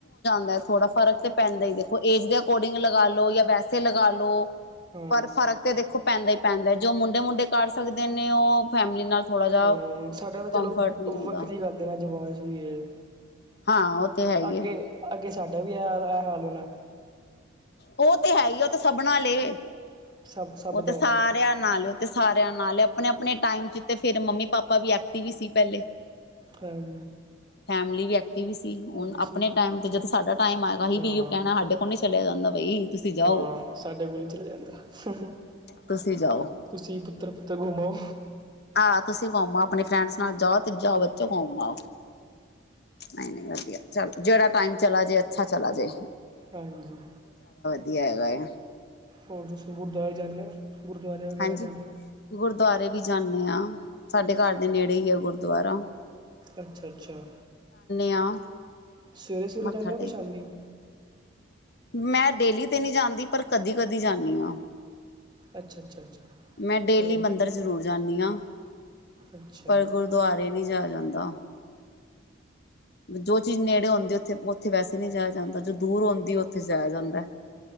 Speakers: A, on the left (about 55°); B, on the right (about 20°).
A: ਵੈਸੇ ਥੋੜਾ ਫਰਕ ਤੇ ਪੈਂਦਾ ਹੀ ਦੇਖੋ ਏਜ ਦੇ ਅਕੋਰਡਿੰਗ ਲਗਾਾਲੋ ਜਾਂ ਵੈਸੇ ਲਗਾ ਲੋ,
B: ਹਾਂ
A: ਪਰ ਫ਼ਰਕ ਤੇ ਦੇਖੋ ਪੈਂਦਾ ਹੀ ਪੈਂਦਾ ਜੋ ਮੁੰਡੇ ਮੁੰਡੇ ਕਰ ਸਕਦੇ ਨੇ ਉਹ ਫੈਮਿਲੀ ਨਾਲ,, ਥੋੜਾ ਜਾ
B: ਹੂੰ ਸਾਡੀ ਤਾਂ ਚਲੋ
A: ਕੰਫਰਟ ਨਹੀਂ ਹੁੰਦਾ
B: ਵੱਖਰੀ ਗੱਲ ਦੇ ਨਾ ਜਵਾਨ ਚ ਵੀ ਇਹ
A: ਹਾਂ ਉਹ ਤੇ ਹੈ ਹੀ
B: ਅੱਗੇ
A: ਹੈ
B: ਅੱਗੇ ਸਾਡਾ ਵੀ ਇਹ ਹਾਲ ਹੋਣਾ,
A: ਉਹ ਤੇ ਹੈ ਹੀ ਉਹ ਤੇ ਸਭ ਨਾਲ ਹੈ,
B: ਸਭ ਸਭ
A: ਉਹ ਤੇ
B: ਦਾ
A: ਸਾਰਿਆਂ
B: ਹੋਣਾ
A: ਨਾਲ ਉਹ ਤੇ ਸਾਰਿਆਂ ਨਾਲ ਆਪਣੇ ਆਪਣੇ, ਟਾਈਮ ਚ ਤੇ ਫਿਰ ਮੰਮੀ ਪਾਪਾ ਵੀ ਐਕਟਿਵ ਹੀ ਸੀ ਪਹਿਲੇ,
B: ਹਨ,
A: ਫੈਮਲੀ ਵੀ ਐਕਟਿਵ ਸੀ ਹੁਣ
B: ਤੁਸੀਂ
A: ਆਪਣੇ ਟਾਈਮ ਤੇ ਜਦੋਂ ਸਾਡਾ ਟਾਈਮ ਆਏਗਾ ਆਪਾ
B: ਹਾਂ
A: ਵੀ ਇਹੋ ਕਹਿਣਾ ਸਾਡੇ ਕੋਲ, ਚਲਿਆ ਜਾਦਾ ਬਈ, ਤੁਸੀਂ ਜਾਓ
B: ਹਾਂ ਸਾਡੇ ਕੋਲ ਨੀ ਚਲਿਆ ਜਾਂਦਾ,
A: ਤੁਸੀਂ ਜਾਓ
B: ਤੁਸੀਂ ਪੁੱਤਰ ਪੁੱਤਰ ਘੁੰਮੋ,
A: ਆਹ ਤੁਸੀ ਘੁੰਮ ਆੳ ਆਪਣੀ ਫਰੈਂਡਸ ਨਾਲ ਜਾਓ ਤੇ ਜਾਓ ਬੱਚੋ ਘੁੰਮ ਆਓ, ਨਹੀਂ ਨਹੀਂ ਵਧੀਆ ਚੱਲ ਜਿਹੜਾ ਟਾਈਮ ਚਲਾ ਜੇ ਅੱਛਾ ਚਲਾ ਜਾਏ,
B: ਹਾਂਜੀ!
A: ਕੀ ਹਾਲ ਹੈ?
B: ਹੋਰ ਦੱਸੋ ਤੁਸੀਂ ਗੁਰਦੁਆਰੇ ਜਾਂਦੇ ਹੋ। ਗੁਰਦੁਆਰੇ ਵਗੈਰਾ
A: ਹਾਂਜੀ,,,,
B: ਜਾਂਦੇ ਹੋ
A: ਗੁਰਦੁਆਰੇ ਵੀ ਜਾਂਦੇ ਹਾਂ ਸਾਡੇ ਘਰ ਦੇ ਨੇੜੇ ਹੀ ਆ ਗੁਰ, ਦੁਆਰਾ,,
B: ਅੱਛਾ ਅੱਛਾ!
A: ਹਾਂ
B: ਸਵੇਰੇ ਸਵੇਰੇ
A: ਮੱਥਾ
B: ਜਾਂਦੇ
A: ਟੇਕ
B: ਹੋ ਕਿ ਸ਼ਾਮੀ?
A: ਕੇ। ਮੈਂ ਡੇਲੀ ਤੇ ਨਹੀਂ ਜਾਂਦੀ ਪਰ ਕਦੀ ਕਦੀ ਜਾਂਦੀ ਹਾਂ,
B: ਅੱਛਾ ਅੱਛਾ ਅੱਛਾ
A: ਮੈਂ ਡੇਲੀ
B: ਚਲੋ ਵਧੀਆ
A: ਮੰਦਰ ਜ਼ਰੂਰ ਜਾਂਦੀ ਹਾਂ,
B: ਅੱਛਾ
A: ਪਰ ਗੁਰਦੁਆਰੇ ਨਹੀ ਜਾਇਆ ਜਾਂਦਾ, ਜੋ ਚੀਜ਼ ਨੇੜੇ ਆਉਦੀ ਉੱਥੇ ਉੱਥੇ ਵੈਸੇ ਨਹੀਂ ਜਾਇਆ ਜਾਂਦਾ ਜੋ ਦੂਰ ਆਉਦੀ ਉੱਥੇ ਜਾਇਆ ਜਾਂਦਾ।